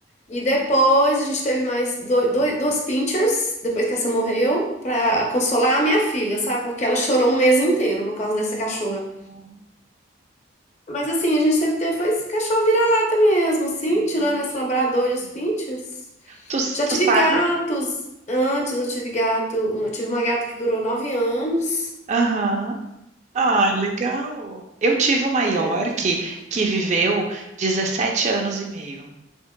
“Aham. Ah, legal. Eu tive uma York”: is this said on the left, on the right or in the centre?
Right